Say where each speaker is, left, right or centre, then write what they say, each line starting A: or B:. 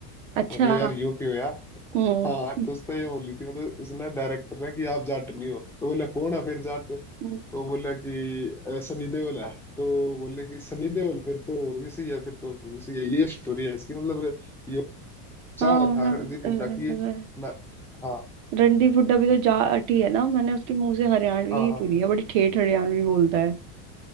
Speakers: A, on the right (about 60°); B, in the centre.
A: अच्छा
B: बोले यार
A: हाँ।
B: यूं क्यों यार
A: हम्म
B: हाँ तो उसने ये बोली थी मतलब उसने डायरेक्टर ने कि आप जाट नहीं हो तो बोला कौन है फिर जाट
A: हम्म,
B: तो बोला कि "अ, सनी देओल है तो बोले कि सनी देओल फिर तो और भी सही है फिर तो और भी सही है ये स्टोरी है इसकी मतलब ये चावा
A: हाँ
B: था
A: मतलब
B: रणदीप
A: अ,
B: हुड्डा की
A: अ,
B: मैं हाँ
A: रणदीप हुड्डा भी तो जाट ही है ना मैंने उसके मुंह से हरियाणवी
B: हाँ
A: ही
B: हाँ
A: सुनी
B: हाँ
A: है बड़ी ठेठ हरियाणवी बोलता है